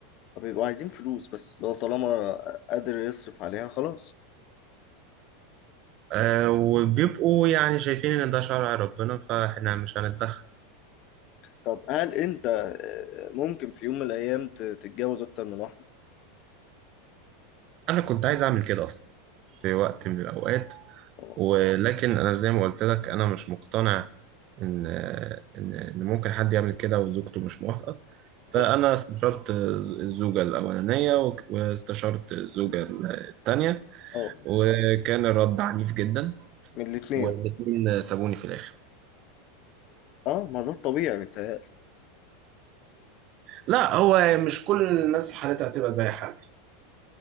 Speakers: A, on the left (about 50°); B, on the right (about 45°).
A: فبيبقوا عايزين فلوس بس لو طالما قادر يصرف عليها خلاص
B: أه وبيبقوا يعني شايفين إن ده شرع ربنا فإحنا مش هنتدخل
A: طب هل انت آه، ممكن في يوم من الايام ت- تتجوز اكتر من واحدة؟
B: انا كنت عايز اعمل كده اصلا في وقت من الاوقات
A: اه
B: ولكن انا زي ما قلت لك انا مش مقتنع ان ان إن ممكن حد يعمل كده وزوجته مش موافقة فانا
A: اه
B: استشرت ز- الزوجة الاولانية وك- واستشرت الزوجة التانية
A: اه
B: وكان الرد عنيف جدا
A: من الاتنين
B: والاتنين سابوني في الاخر
A: اه ما ده الطبيعي متهيألي
B: لا هو مش كل الناس حالتها هتبقى زي حالتي